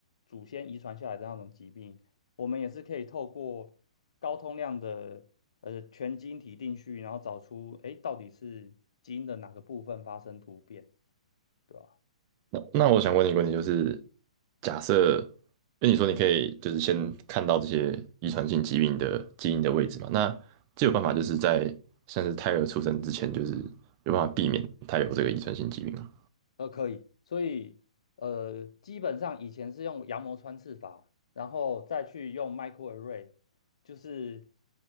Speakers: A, on the left; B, on the right.
A: 祖先遗传下来的那种疾病，我们也是可以透过高通量的呃全基因体定序，然后找出诶到底是基因的哪个部分发生突变，对吧？
B: 那那我想问你一个问题，就是假设，因为你说你可以就是先看到这些遗传性疾病的基因的位置嘛，那就有办法就是在像是胎儿出生之前，
A: 嗯。
B: 就是有办法避免他有这个遗传性疾病吗？
A: 呃，可以，所以呃，基本上以前是用羊膜穿刺法，然后再去用 microarray，就是